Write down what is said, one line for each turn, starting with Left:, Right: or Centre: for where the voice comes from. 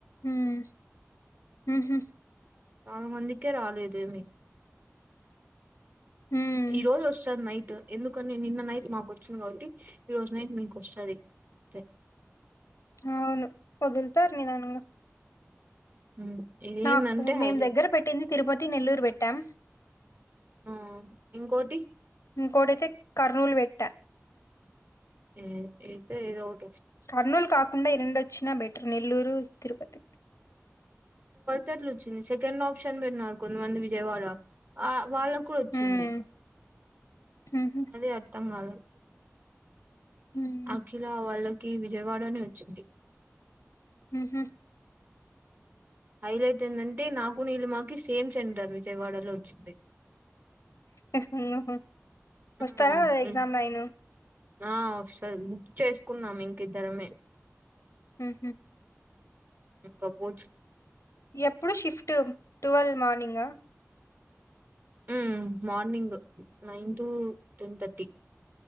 Left: ఉమ్ ఉమ్.
Right: చాలా మందికే రాలేదేమి.
Left: ఉమ్,
Right: ఈ రోజు వస్తది నైట్ ఎందుకని నిన్న నైట్ మాకు వచ్చింది. కాబట్టి ఈ రోజు నైట్ మీకు వస్తది. అంతే.
Left: అవును వదులుతారు నిదానంగా.
Right: ఉమ్, ఇదేందంటే
Left: నాకు మేము
Right: హైలైట్
Left: దగ్గర పెట్టింది తిరుపతి నెల్లూరు పెట్టాం.
Right: ఆమ్ ఇంకోటి.
Left: ఇంకోటైతే కర్నూల్ వెట్టా.
Right: ఏ అయితే ఏదో ఒక్.
Left: కర్నూలు కాకుండా ఈ రెండు వచ్చినా బెటరే నెల్లూరు తిరుపతి.
Right: కట్లోచ్చింది సెకండ్ ఆప్షన్ పెట్టిన కొంతమంది విజయవాడ ఆహ్. వాళ్ళాకు కూడా వచ్చింది
Left: ఉమ్, ఉహు,
Right: అదే అర్థం కాలేదు.
Left: ఉమ్,
Right: అఖిలా వాళ్ళకి విజయవాడనే వచ్చింది.
Left: ఉహూ.
Right: హైలైట్ ఏందంటే నాకు నీలీమా కి సేమ్ సెంటర్ విజయవాడలో వచ్చింది.
Left: ఆహ్
Right: ఉమ్,
Left: వస్తారా ఎగ్జామ్ నైన్.
Right: ఆ వస్తది బుక్ చేసుకున్నాం ఇంకిద్దరమే
Left: ఉహు
Right: ఇంక పో
Left: ఎప్పుడు షిఫ్ట్ ట్వల్వ్ మార్నింగా
Right: ఉ morning nine to ten thirty